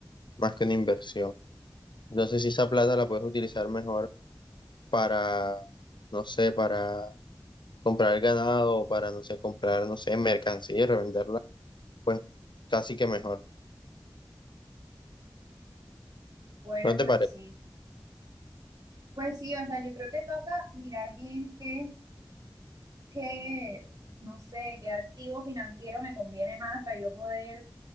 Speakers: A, on the left; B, on the right.
A: más que una inversión. Entonces, si esa plata la puedes utilizar mejor para, no sé, para comprar ganado o para, no sé, comprar, no sé, mercancía y revenderla, pues casi que mejor.
B: Bueno,
A: ¿No te
B: pues
A: parece?
B: sí. Pues sí, o sea, yo creo que toca mirar bien qué qué, no sé, qué activo financiero me conviene más para yo poder,